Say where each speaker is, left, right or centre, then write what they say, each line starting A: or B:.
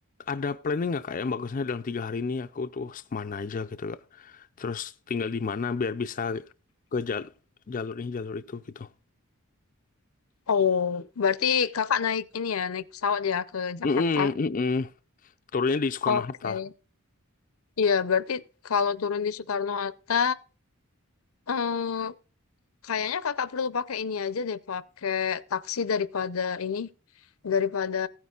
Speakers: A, on the left (about 35°); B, on the left (about 70°).
A: ada planning nggak kak yang bagusnya dalam tiga hari ini aku tuh harus kemana aja gitu kak. Terus tinggal di mana biar bisa ke jal- jalur ini jalur itu gitu.
B: Oh, berarti kakak naik ini ya, naik pesawat ya ke
A: Mm
B: Jakarta.
A: -mm, mm Turunnya di Soekarno-Hatta.
B: Oke. Iya, berarti kalau turun di Soekarno-Hatta, eh, kayaknya kakak perlu pakai ini aja deh, pakai taksi daripada ini, daripada